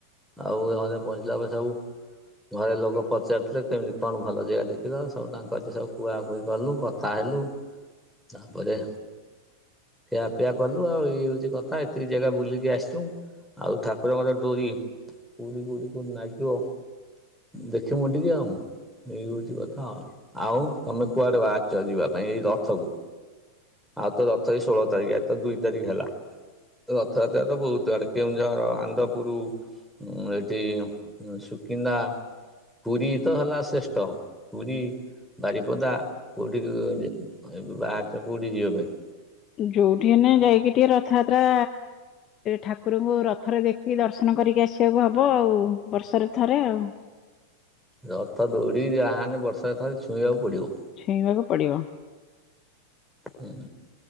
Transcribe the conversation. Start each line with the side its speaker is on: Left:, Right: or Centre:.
Centre: ଆଉ ଘରେ ପହଞ୍ଚିଲା ପରେ ସବୁ ଘରେ ଲୋକ ପଚାରୁଥିଲେ କେମିତି କଣ ଭଲ ଜାଗା ଦେଖିଲ ସବୁ ତାଙ୍କ ସୁ କୁହାକୁହି କଲୁ କଥା ହେଲୁ। ତାପରେ ଖିଆପିଆ କଲୁ ଆଉ ଇଏ ହଉଛି କଥା ଏତିକି ଜାଗା ବୁଲିକି ଆସିଛୁ। ଆଉ ଠାକୁରଙ୍କର ଡୋରି କୋଉଠି କୋଉଠି ନାଗିବ ଦେ ଖିମୁ ଟିକେ ଆଉ। ଏଇ ହଉଛି କଥା ଆଉ ଆଉ ତମେ କୁଆଡେ ବାହାରିଚ ଯିବା ପାଇଁ ଏଇ ରଥକୁ? ଆଉ ତ ରଥ ଏଇ ଷୋହଳ ତାରିଖ ଏ ତ ଦୁଇ ତାରିଖ ହେଲା। ରଥଯାତ୍ରା ତ ବହୁତ ଆଡେ କେଉଁଝର, ଆନ୍ଦପୁର, ଉ ଏଇଠି ସୁକିନ୍ଦା। ପୁରୀ ତ ହେଲା ଶ୍ରେଷ୍ଠ। ପୁରୀ, ବାରିପଦା କେଉଁଠି ଏବେ ବାହାରୁଛ କୋଉଠି ଯିବା ପାଇଁ?
Left: ଯୋଉଠି ହେନେ ଯାଇକି ଟିକେ ରଥଯାତ୍ରା ଠାକୁରଙ୍କୁ ରଥରେ ଦେଖିକି ଦର୍ଶନ କରିକି ଆସିବାକୁ ହବ ଆଉ ବର୍ଷରେ ଥରେ ଆଉ।
Centre: ରଥ ଦୌଡ଼ିକି ଯାହେନେ ବର୍ଷ କେ ଥରେ ଛୁଇଁବାକୁ ପଡିବ।
Left: ଛୁଇଁବାକୁ ପଡିବ।
Centre: ହୁଁ